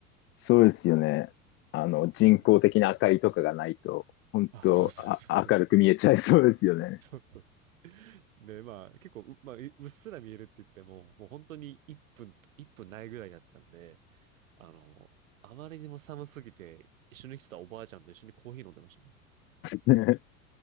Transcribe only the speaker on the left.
そうですよね。あの、人工的な明かりとかがないと、
本当あ、
明るく見えちゃいそうですよね。
ね